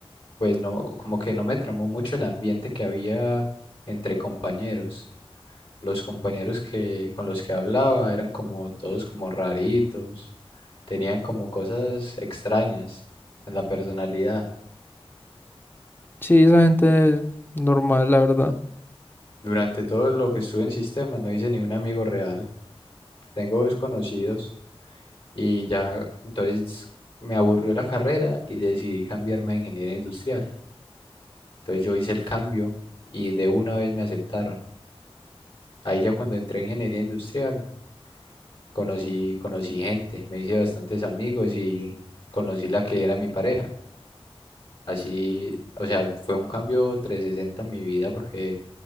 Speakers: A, on the left; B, on the left.
A: pues no, como que no me tramó mucho el ambiente que había entre compañeros. Los compañeros que con los que hablaba eran como todos como raritos, tenían como cosas extrañas en la personalidad.
B: Sí, esa gente es normal, la verdad.
A: Durante todo lo que estuve en sistema no hice ni un amigo real. Tengo desconocidos y ya entonces me aburrió la carrera y decidí cambiarme a ingeniería industrial. Entonces yo hice el cambio y de una vez me aceptaron. Ahí ya cuando entré en ingeniería industrial conocí, conocí gente, me hice bastantes amigos y conocí la que era mi pareja. Así, o sea, fue un cambio 360 en mi vida porque